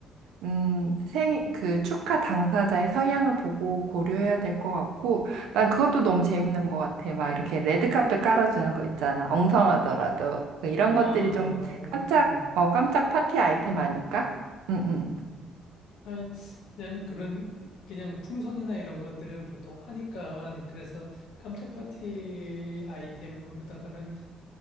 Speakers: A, on the right (about 90°); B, on the left (about 80°).
A: 음, 생, 그 축하 당사자의 성향을 보고 고려해야 될 것 같고, 난 그것도 너무 재밌는 것 같아. 막 이렇게 레드카펫 깔아주는 거 있잖아. 엉성하더라도. 그 이런
B: 아,
A: 것들이 좀 깜짝, 어, 깜짝 파티 아이템 아닐까? 응, 응.
B: 아이, 난 그런, 그냥 풍선이나 이런 것들은 보통 하니까, 그래서 깜짝 파티 아이템으로다가는